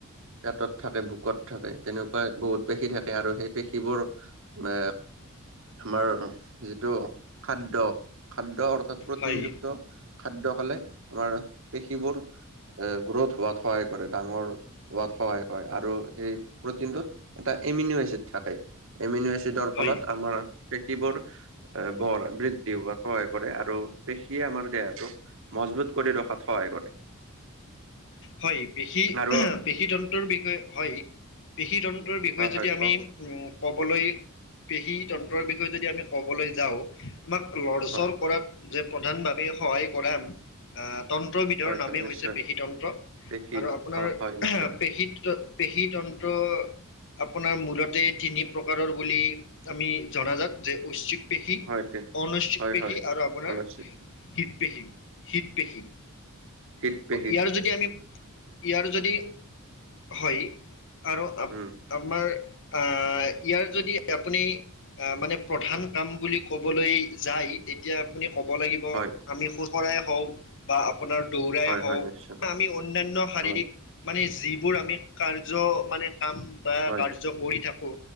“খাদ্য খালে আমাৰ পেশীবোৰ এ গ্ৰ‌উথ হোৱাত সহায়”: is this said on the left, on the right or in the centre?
Right